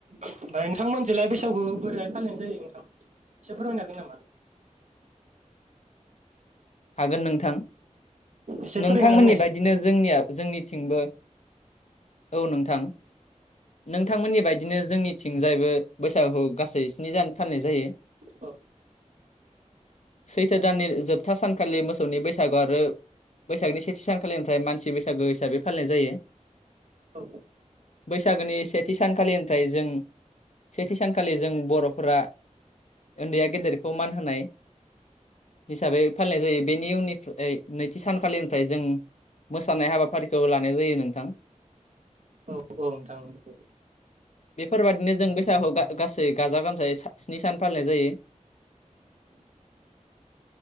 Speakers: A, on the right (about 65°); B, on the left (about 60°).
A: ओमफाय नोंथां मोनजोंलाय बैस सागुखौ बोरैहाय फालिनाय जायो नोंथां एसे फोरमायनो हागोन नामा?
B: हागोन नोंथां
A: एसे
B: नोंथांमोननि
A: फोरोंना होनायसाय
B: बायदिनो जोंनिया जोंनिथिंबो औ नोंथां नोंथांमोननि बायदिनो जोंनिथिंजायबो बैसागु गासै स्नि दान फालिनाय जायो।
A: औ
B: सैथो दाननि जोबथा सान सानखालि मोसौनि बैसागुआव आरो बैसागनि सेथि सानखालिनिफ्राय मानसि बै सागो हिसाबै फालिनाय जायो।
A: औ
B: बैसागोनि से थि सानखालिनिफ्राय जों सेथि सानखालि जों बर'फोरा उनदैया गेदेर खौ मान होनाय हिसाबै फालिनाय जायो बेनि उननिफ्राय नैथि सानखालिनिफ्राय जों मोसानाय हाबाफारिखौ लानाय जायो नोंथां ।
A: औ औ नोंथां नंगौ ।
B: बेफोरबादिनो जों बैसागु गासै गाजा गोमजायै स्नि सान फालिनाय जायो ।